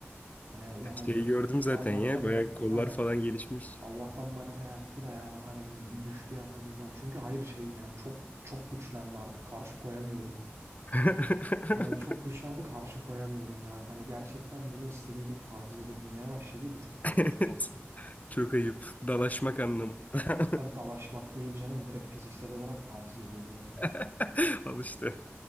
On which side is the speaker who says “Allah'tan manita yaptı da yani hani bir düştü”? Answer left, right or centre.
Right